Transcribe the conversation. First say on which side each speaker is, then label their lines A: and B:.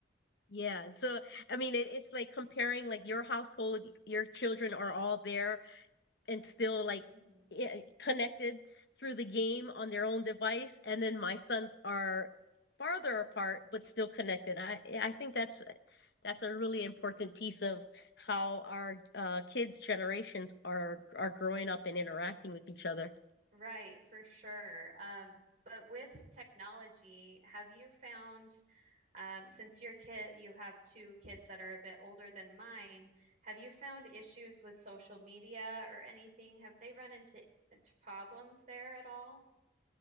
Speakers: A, on the left; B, on the right.
A: yeah. So, I mean, it, it's like comparing like your household, your children are all there, and still like
B: hmm
A: connected through the game on their own device and then my sons are farther apart but still connected i i think that's that's a really important piece of how our uh, kids generations are are growing up and interacting with each other
B: Right, for sure. Um, but with technology, have you found Um, since your kid, you have two kids that are a bit older than mine, have you found issues with social media or anything? Have they run into, into problems there at all?